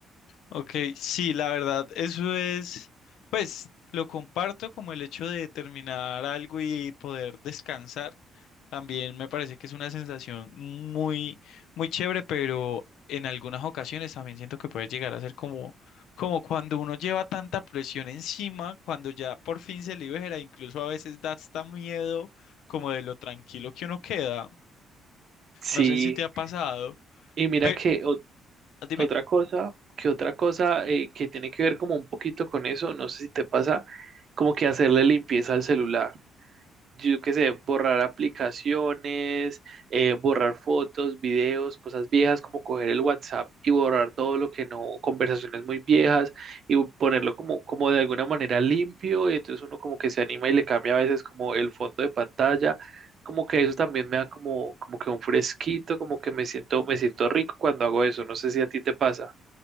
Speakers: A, on the left (about 80°); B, on the right (about 50°).
A: Ok, sí, la verdad, eso es, pues lo comparto como el hecho de terminar algo y poder descansar. También me parece que es una sensación muy, muy chévere, pero en algunas ocasiones también siento que puede llegar a ser como, como cuando uno lleva tanta presión encima, cuando ya por fin se libera, incluso a veces da hasta miedo como de lo tranquilo que uno queda.
B: Sí,
A: No sé si te ha pasado.
B: y mira
A: pero
B: que
A: Dime.
B: Otra cosa, que otra cosa eh, que tiene que ver como un poquito con eso, no sé si te pasa, como que hacerle limpieza al celular. Yo qué sé, borrar aplicaciones, eh, borrar fotos, videos, cosas viejas, como coger el WhatsApp y borrar todo lo que no, conversaciones muy viejas y ponerlo como, como de alguna manera limpio y entonces uno como que se anima y le cambia a veces como el fondo de pantalla. Como que eso también me da como, como que un fresquito, como que me siento, me siento rico cuando hago eso. No sé si a ti te pasa.